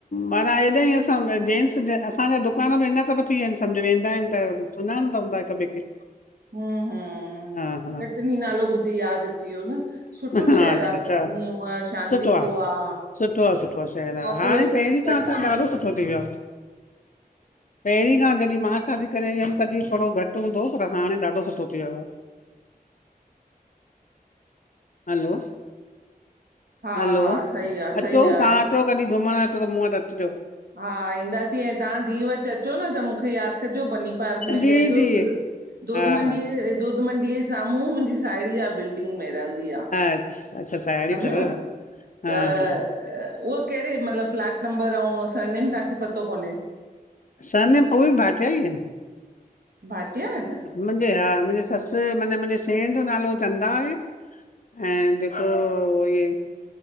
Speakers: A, on the left; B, on the right.
A: माना हेॾा ई असां जेेंट्स असांजा दुकान बि इन तरफ़ ई आहिन सम्झि वेंदा आहिन त सुञाणदा हूंदा हिक बे खे
B: हम हम
A: हा हा
B: कटनी नालो ॿुधी यादि अची वियो न सुठो
A: हा
B: शहरु
A: अच्छा
B: आहे
A: अच्छा
B: कटनी ऊअं शांति
A: सुठो आ
B: को आहे
A: सुठो आहे सुठो आहे शहर आहे
B: पॉपुलेशन
A: हाणे पहिरीं खां
B: घटि
A: त
B: आहे न
A: ॾाढो सुठो थी वियो आहे
B: <inaudible>
A: पहिरीं खां जॾहिं मां शादी करे व हुयमि तॾहिं थोरो घटि हूंदो पर हाणे ॾाढो सुठो थी वियो आहे हलो
B: हा
A: हलो
B: हा सही आहे
A: अचो
B: सही
A: तव्हां
B: आहे
A: अचो कॾहि घुमण त मूं वटि अचिजो
B: हा ईंदासीं ऐं तव्हां धीउ वचु अचो न त मूंखे यादि कंजो बनी पार्कु में
A: जी
B: चैयजोस,
A: जी
B: दूध-
A: हा
B: मंडी
A: हा
B: दूध- मंडीअ जे साम्हूं मुंहिंजी सायड़ी आ। बिल्डिंग में रहंदी हंदी आ,
A: अच्छा अच्छा साहेड़ी
B: हनि-
A: अथव हा
B: त
A: हा
B: उहे केहिड़े, मतिलबु प्लाट नंबरु अऊं सरनेम तव्हांखे पतो कोन्हे।
A: सरनेम, उहे बि भाटिया ई आहिनि।
B: भाटिया आहिनि?
A: मुंहिंजे हा मुंहिंजी ससु माना मुंहिंजे सेणु जो नालो चंदा आहे। ऐं जेको इये